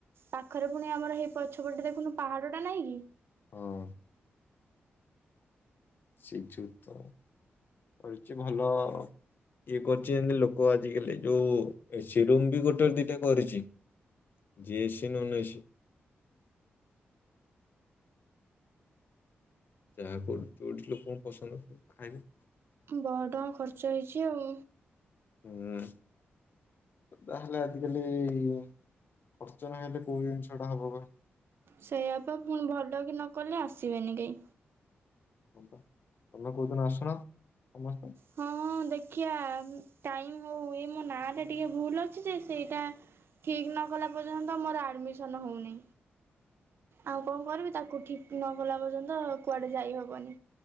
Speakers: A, on the right; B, on the left.
A: ପାଖରେ ପୁଣି ଆମର ସେଇ ପଛପଟେ ଦେଖୁନୁ ପାହାଡ ଟା ନାଇଁ କି
B: ହଁ। ସେଇଠୁ ତ କରିଛି ଭଲ ଇଏ କରିଛି ଲୋକ ଆଜିିକାଲି ଯୋଉ ଏସି ରୁମ ବି ଗୋଟେ ଦିଟା କରିଛି ଯିଏ ଏସି ନନ୍ ଏସି। ଯାହାକୁ ଯୋଠି ଲୋକଙ୍କୁ ପସନ୍ଦ ଆସିଲା ଖାଇଲେ।
A: ବହୁତ ଟଙ୍କା ଖର୍ଚ୍ଚ ହେଇଛି ଆଉ।
B: ହୁଁ ତାହେଲେ ଆଜିକାଲି ଖର୍ଚ୍ଚ ନହେଲେ କୋଉ ଜିନିଷ ଟା ହବ କହ।
A: ସେଇଆପା ପୁଣି ଭଲ କି ନ କଲେ ଆସିବେନି କେହି।
B: ହଁବା। ତମେ କୋଉଦିନ ଆସୁନ ସମସ୍ତେ।
A: ହଁ ଦେଖିବା ଟାଇମ ହଉ ଏ ମୋ ନା ଟା ଟିକେ ଭୁଲ ଅଛି ଯେ ସେଇଟା ଠିକ ନ କଲା ପର୍ଯ୍ୟନ୍ତ ମୋର ଆଡମିସନ ହଉନି। ଆଉ କଣ କରିବି ତାକୁ ଠିକ ନ କଲା ପର୍ଯ୍ୟନ୍ତ କୁଆଡେ ଯାଇ ହବନି